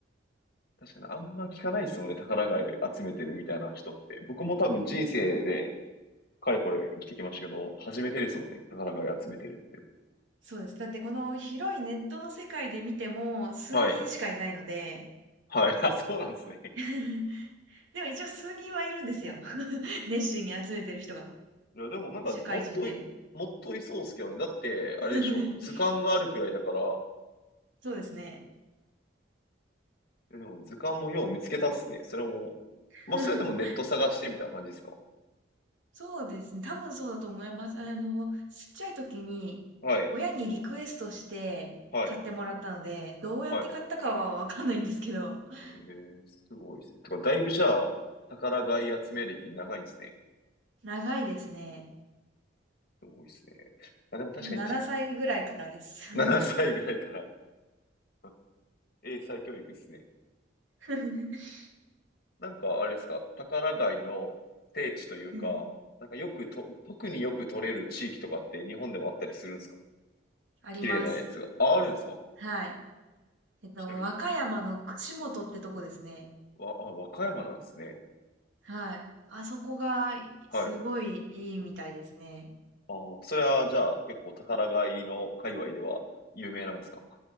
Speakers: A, on the left (about 55°); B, on the right (about 90°).
A: 確かに、あんま聞かないですもんね、宝貝集めてるみたいな人って。僕も多分人生で、かれこれ生きてきましたけど、初めてですもんね、宝貝集めてるって。
B: <laughs> そうです。だってこの広いネットの世界で見ても、数人しかいないので、
A: はい。はい。<laughs> あ、そうなんですね。
B: <laughs> でも一応数人はいるんですよ。<laughs> 熱心に集めてる人が。
A: いや、でもなんか、
B: 社会人で。
A: もっとい、もっといそうっすけどね。だって、あれでしょ、
B: <laughs>
A: 図鑑があるくらいだから、
B: そうですね。
A: でも図鑑もよう見つけたっすね。それも、
B: <laughs>
A: まあ、それでもネット探してみたいな感じですか
B: そうですね。多分そうだと思います。あの、ちっちゃい時に、
A: はい、
B: 親にリクエストして買ってもらったので、
A: はい、
B: どうやって買ったかはわかんないんですけど、
A: はい。
B: <laughs>
A: えー、すごいですね。てか、だいぶじゃあ、宝貝集め歴長いんですね。
B: 長いですね。
A: すごいですね。まあ、でも確かにち、
B: 多分7歳ぐらいからです。
A: <laughs> 7歳ぐらいから <laughs> 英才教育ですね。
B: <laughs>
A: なんか、あれですか、宝貝の聖地というか、
B: うん。
A: なんかよくと、特によく取れる地域とかって日本でもあったりするんですか
B: あります。
A: 綺麗なやつが。あ、あるんですか
B: はい。えっと、
A: ちなみに、
B: 和歌山の串本ってとこですね。
A: わ、あ、和歌山なんですね。
B: はい。あそこが、
A: はい。
B: すごいいいみたいですね。
A: ああ、それはじゃあ結構宝買いの界隈では有名なんですか